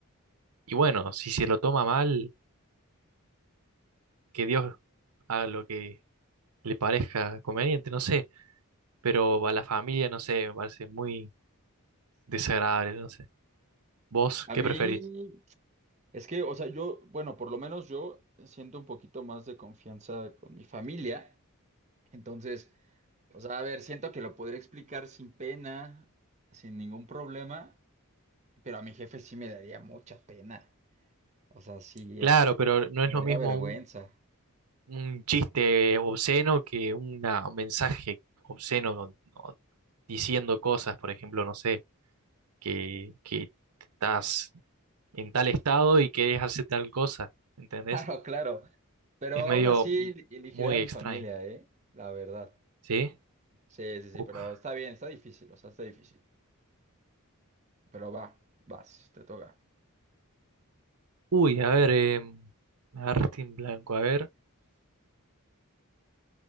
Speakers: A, on the right; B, on the right.
A: y bueno, si se lo toma mal, que Dios haga lo que le parezca conveniente, no sé, pero a la familia, no sé, me parece muy desagradable, no sé. ¿Vos
B: A
A: qué
B: mí,
A: preferís?
B: es que, o sea, yo, bueno, por lo menos yo siento un poquito más de confianza con mi familia. Entonces, O sea, a ver, siento que lo podría explicar sin pena, sin ningún problema, pero a mi jefe sí me daría mucha pena. O sea, sí,
A: Claro,
B: este,
A: pero no
B: me
A: es lo
B: daría
A: mismo
B: vergüenza.
A: un,
B: <laughs>
A: un chiste obsceno que una- un mensaje obsceno o- o diciendo cosas, por ejemplo, no sé, que, que estás en tal estado y querés hacer tal cosa, ¿entendés?
B: Claro, claro. Pero
A: Es
B: aún
A: medio
B: así
A: m-
B: elegiría
A: muy
B: a mi
A: extraño,
B: familia, ¿eh? La verdad.
A: ¿sí?
B: Sí, sí, sí,
A: Uf.
B: pero está bien, está difícil, o sea, está difícil. Pero va, vas, te toca.
A: Uy, a ver, em, me agarraste en blanco, a ver,